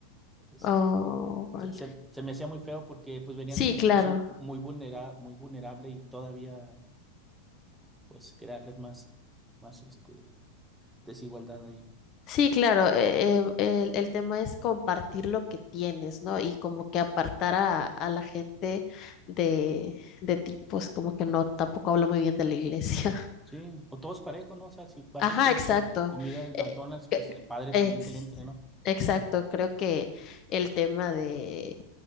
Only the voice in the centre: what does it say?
Entonces,
se, se- se me hacía muy feo porque pues venían
de una situación
muy vulnera- muy vulnerable y todavía pues crearles más, más este, desigualdad ahí.
Sí, o todos parejos, ¿no? O sea, si vas
y pides
com- comida del
McDonald's, pues
el padre
también que le entre, ¿no?